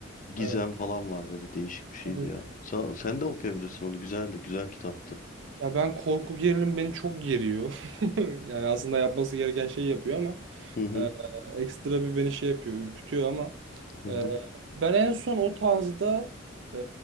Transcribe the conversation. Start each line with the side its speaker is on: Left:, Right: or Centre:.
Left: gizem
Right: Evet.
Left: falan var böyle değişik bir şeydi
Right: Evet.
Left: ya. Sa- sen de okuyabilirsin onu. Güzeldi. Güzel kitaptı.
Right: Ya ben korku gerilim beni çok geriyor. <laughs> Yani aslında yapması gereken şeyi yapıyor ama
Left: Hı hı.
Right: e, ekstra bir beni şey yapıyor, ürkütüyor ama
Left: Hı hı.
Right: Ee, ben en son o tarzda e,